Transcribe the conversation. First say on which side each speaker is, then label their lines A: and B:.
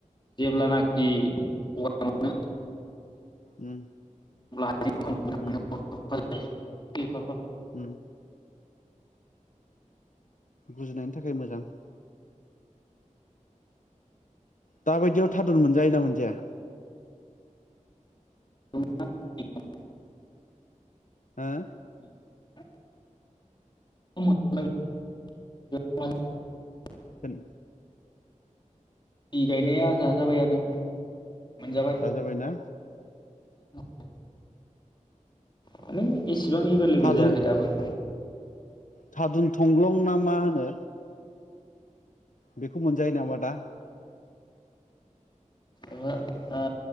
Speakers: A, on the left; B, on the left.
A: जेब्लानाखि गगा मोनो।
B: उम
A: <unintelligible>
B: उम
A: <unintelligible>
B: उम गुजुनायनि थाखाय मोजां। दाबायदियाव थादुन मोनजायोना मोनजाया?
A: <inaudible>
B: हो?
A: <unintelligible>
B: होन
A: बि गायनाया जाजाबायानो। <inaudible> मोनजाबाय।
B: जाजाबायना
A: <inaudible> मान एसे बिसिबां एभेलेबोेल
B: थादुन
A: जायाखै दाबो।
B: थादुन थंग्लं ना मा होनो बेखौ मोनजायो नामा दा।
A: ओहो आ